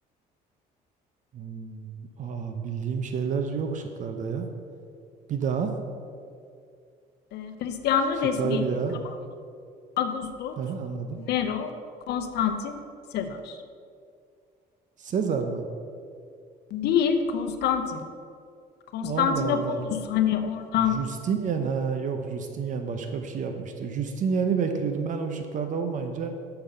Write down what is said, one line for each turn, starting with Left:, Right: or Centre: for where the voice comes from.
Right: Hmm, Aa, bildiğim şeyler yok şıklarda ya. Bir daha.
Left: Ee, Hristiyanlığın
Right: Şıkları
Left: resmiydi.
Right: bir daha.
Left: Tamam. Augustus,
Right: Hı hı, Anladım.
Left: Nero, Konstantin, Sezar.
Right: Sezar mı?
Left: Değil, Konstantin. Konstantinopolis
Right: Allah Allah.
Left: hani oradan
Right: Justinian ha yok Justinian başka bir şey yapmıştı. Justinian'i bekliyordum ben o şıklarda olmayınca